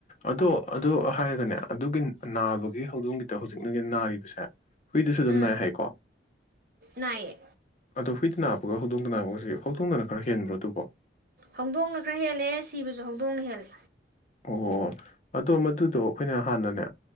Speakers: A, on the left; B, on the right.
A: ꯑꯗꯣ ꯑꯗꯨ ꯍꯥꯏꯔꯒꯅꯦ ꯑꯗꯨꯒꯤ ꯅꯥꯕꯒꯤ ꯍꯧꯗꯣꯡꯒꯤꯗ ꯍꯧꯖꯤꯛꯅꯒꯤ ꯅꯥꯔꯤꯕꯁꯦ ꯍꯨꯏꯗꯨꯁꯨ ꯑꯗꯨꯝ
B: ꯎꯝ
A: ꯅꯥꯏ ꯍꯥꯏꯀꯣ
B: ꯅꯥꯏꯌꯦ
A: ꯑꯣ ꯍꯨꯏ ꯁꯤ ꯅꯅꯥꯞꯄꯒ ꯍꯧꯗꯣꯡꯗꯅꯅꯥꯦ ꯍꯧꯗꯣꯡꯗꯅ ꯈꯔ ꯍꯦꯟꯕ꯭ꯔꯣ ꯑꯗꯨꯕꯣ
B: ꯍꯧꯗꯣꯡꯅ ꯈꯔ ꯍꯦꯜꯂꯦ ꯁꯤꯕꯁꯨ ꯍꯧꯗꯣꯡꯅ ꯍꯦꯜꯂꯦ
A: ꯑꯣ ꯑꯗꯣ ꯃꯗꯨꯗꯣ ꯑꯩꯈꯣꯏꯅ ꯍꯥꯟꯅꯅꯦ